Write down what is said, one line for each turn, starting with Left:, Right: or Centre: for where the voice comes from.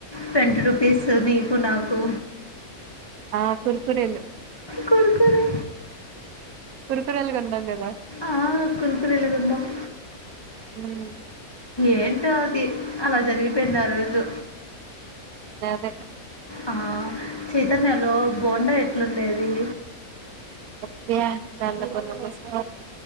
Left: ట్వంటీ రూపీస్ నీకు నాకు
Right: ఆ కురుకూరెలు
Left: కురుకురే
Right: కురుకూరెలు కొనం కదా
Left: ఆ కురుకురేల్ ఉండవ్
Right: హ్మ్
Left: ఏంటో అది అలా జరిగిపోయింది ఆ రోజు
Right: అద అదే
Left: ఆ చైతన్యలో బోండా ఎ అట్లుండేవి
Right: అప్పే ఎంట కొ ప్రశ్న